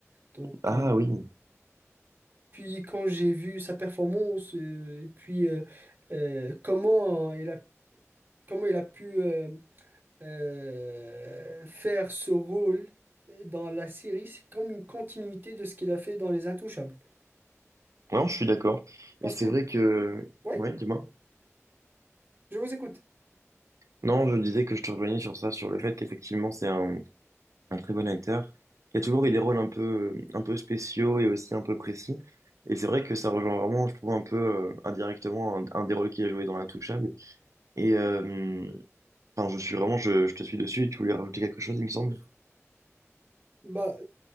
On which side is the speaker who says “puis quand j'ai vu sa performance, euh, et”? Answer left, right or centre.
Right